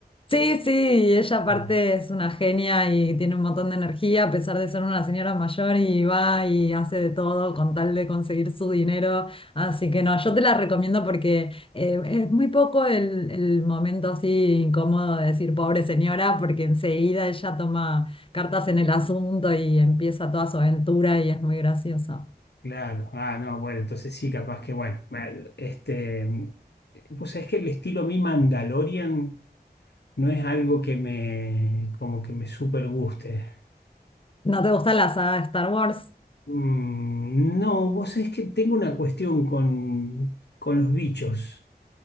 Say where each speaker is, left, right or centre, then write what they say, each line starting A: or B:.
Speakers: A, on the left (about 30°); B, on the left (about 80°).
A: Sí, sí, y ella aparte
B: Ah,
A: es una genia y tiene un montón de energía, a pesar de ser una señora mayor y va y hace de todo con tal de conseguir su dinero. Así que no, yo te la recomiendo porque eh, es muy poco el, el momento así incómodo de decir pobre señora, porque enseguida ella toma cartas en el asunto y empieza toda su aventura y es muy graciosa.
B: Claro, ah, no, bueno, entonces sí, capaz que, bueno, mal- este, pues es que el estilo mi Mandalorian no es algo que me, como que me super guste.
A: ¿No te gusta la saga de Star Wars?
B: Mm, No, vos sabés que tengo una cuestión con, con los bichos